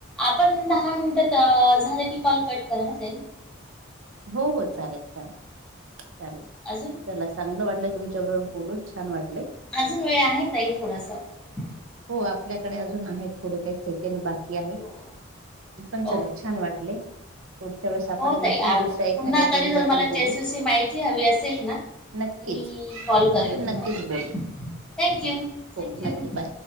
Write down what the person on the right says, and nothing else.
हो हो चालेल, चालेल. चालेल.
चला, चांगलं वाटलं तुमच्या बरो बोलून छान वाटले.
हो, आपल्याकडे अजून आहेत थोडं काही सेकंड बाकी. की आहे
पण चला
छान वाटले. पुढच्या वेळेस आपण
नक्कीच
दुसऱ्या एखाद्या
गेम
बद्दल
बोलू
नक्कीच
आपण
नक्कीच बोलू
हो
नक्की बाय.